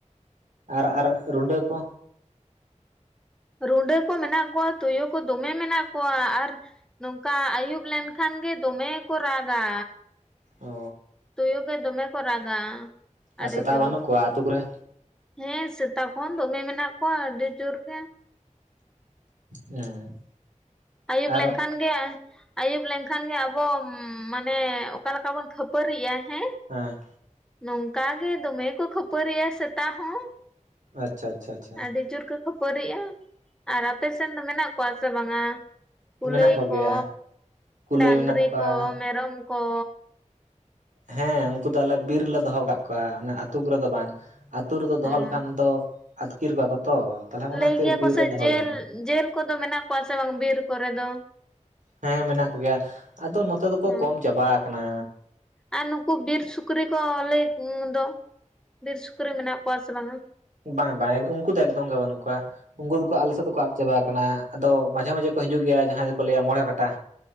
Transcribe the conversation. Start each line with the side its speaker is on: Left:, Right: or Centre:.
Right: ᱟᱨ ᱟᱨ ᱨᱩᱰᱟᱹ ᱠᱚ
Centre: ᱨᱩᱸᱰᱟᱹ ᱠᱚ ᱢᱮᱱᱟᱜ ᱠᱚᱣᱟ ᱛᱩᱭᱩ ᱠᱚ ᱫᱚᱢᱮ ᱢᱮᱱᱟᱜ ᱠᱚᱣᱟ ᱟᱨ ᱱᱚᱝᱠᱟ ᱟᱭᱩᱵ ᱞᱮᱱᱠᱷᱟᱱ ᱜᱮ ᱫᱚᱢᱮ ᱠᱚ ᱨᱟᱜᱟ
Right: ᱚ
Centre: ᱛᱳᱭᱳ ᱜᱮ ᱫᱚᱢᱮ ᱠᱚ ᱨᱟᱜᱟ
Right: ᱟᱨ
Centre: ᱟᱹᱰᱤ
Right: ᱥᱮᱛᱟ
Centre: ᱡᱳᱨ
Right: ᱵᱟᱱᱩᱜ ᱠᱚᱣᱟ ᱟᱛᱩ ᱠᱚᱨᱮ?
Centre: ᱦᱮᱸ ᱥᱮᱛᱟ ᱠᱚᱦᱚᱸ ᱫᱚᱢᱮ ᱢᱮᱱᱟᱜ ᱠᱚᱣᱟ ᱟᱹᱰᱤ ᱡᱳᱨ ᱜᱮ᱾
Right: ᱦᱮᱸ
Centre: ᱟᱹᱭᱩᱵ
Right: ᱟᱨᱚ
Centre: ᱞᱮᱱᱠᱷᱟᱱᱼᱼ ᱜᱮ ᱟᱹᱭᱩᱵ ᱞᱮᱱᱠᱷᱟᱱ ᱜᱮ ᱟᱵᱚ ᱢᱟᱱᱮ ᱚᱠᱟ ᱞᱮᱠᱟ ᱵᱚᱱ ᱠᱷᱟᱹᱯᱟᱹᱨᱤᱜᱼᱟ ᱦᱮᱸᱼᱼ
Right: ᱦᱮᱸ
Centre: ᱱᱚᱝᱠᱟ ᱜᱮ ᱫᱚᱢᱮ ᱠᱚ ᱠᱷᱟᱹᱯᱟᱹᱨᱤᱼᱟ ᱥᱮᱛᱟ ᱦᱚᱸ᱾
Right: ᱟᱪᱪᱷᱟ ᱟᱪᱪᱷᱟ ᱟᱪᱪᱷᱟ
Centre: ᱟᱹᱰᱤ ᱡᱩᱨ ᱠᱚ ᱠᱷᱟᱹᱯᱟᱹᱨᱤᱜᱼᱟ᱾ ᱟᱨ ᱟᱯᱮ ᱥᱮᱱ ᱫᱚ ᱢᱮᱱᱟᱜ ᱠᱚᱣᱟ ᱥᱮ ᱵᱟᱝᱟ? ᱠᱩᱞᱟᱹᱭ
Right: ᱢᱮᱱᱟᱜ ᱠᱚᱜᱮᱭᱟ
Centre: ᱠᱚ,
Right: ᱠᱩᱞᱟᱹᱭ
Centre: ᱰᱟᱝᱨᱤ
Right: ᱢᱮᱱᱟᱜ ᱠᱚᱣᱟ
Centre: ᱠᱚ, ᱢᱮᱨᱚᱢ ᱠᱚ?
Right: ᱦᱮᱸ ᱩᱱᱠᱩ ᱫᱚ ᱟᱞᱮ ᱵᱤᱨ ᱨᱮᱞᱮ ᱫᱚᱦᱚ ᱠᱟᱜ ᱠᱚᱣᱟ, ᱚᱱᱟ ᱟᱹᱛᱩ ᱠᱚᱨᱮ ᱫᱚ ᱵᱟᱝᱼᱼ ᱟᱹᱛᱩ ᱨᱮᱫᱚ
Centre: ᱦᱚᱸ
Right: ᱫᱚᱦᱚ ᱞᱮᱠᱷᱟᱱ ᱫᱚ ᱟᱹᱛᱠᱤᱨ ᱠᱚᱣᱟ ᱠᱚ ᱛᱚ᱾ ᱛᱟᱦᱞᱮ ᱚᱱᱟ
Centre: ᱞᱟᱹᱭ
Right: ᱠᱷᱟᱹᱛᱤᱨ
Centre: ᱜᱮᱭᱟ
Right: ᱵᱤᱨ
Centre: ᱠᱚᱥᱮ
Right: ᱨᱮ ᱫᱚᱦᱚ
Centre: ᱡᱮᱞ
Right: ᱦᱩᱭ ᱠᱟᱱᱟ
Centre: ᱡᱮᱞ ᱠᱚᱫᱚ ᱢᱮᱱᱟᱜ ᱠᱚᱣᱟ ᱥᱮ ᱵᱟᱝ ᱵᱤᱨ ᱠᱚᱨᱮ ᱫᱚ?
Right: ᱦᱮᱸ ᱢᱮᱱᱟᱜ ᱠᱚᱜᱮᱭᱟ ᱟᱫᱚ ᱱᱚᱛᱮ ᱫᱚᱠᱚ
Centre: ᱦᱚᱸ
Right: ᱠᱚᱢ ᱪᱟᱵᱟ ᱟᱠᱟᱱᱟ᱾
Centre: ᱟᱨ ᱱᱩᱠᱩ ᱵᱤᱨ ᱥᱩᱠᱨᱤ ᱠᱚ ᱞᱟᱹᱭ ᱠᱩ ᱫᱚ ᱵᱤᱨ ᱥᱩᱠᱨᱤ ᱢᱮᱱᱟᱜ ᱠᱚᱣᱟ ᱥᱮ ᱵᱟᱝᱟ?
Right: ᱵᱟᱝ ᱵᱟᱝ ᱩᱱᱠᱩ ᱫᱚ ᱮᱠᱫᱚᱢ ᱜᱮ ᱵᱟᱱᱩᱜ ᱠᱚᱣᱟ ᱩᱱᱠᱩ ᱫᱚᱠᱚ ᱟᱞᱮ ᱥᱮᱫ ᱫᱚᱠᱚ ᱟᱫ ᱪᱟᱵᱟ ᱠᱟᱱᱟ᱾ ᱟᱫᱚ ᱢᱟᱡᱷᱮ ᱢᱟᱡᱷᱮ ᱠᱚ ᱦᱤᱡᱩᱜ ᱜᱮᱭᱟ ᱡᱟᱦᱟᱸᱭ ᱫᱚᱠᱚ ᱞᱟᱹᱭ-ᱟ ᱢᱚᱬᱮ ᱠᱚᱴᱟ᱾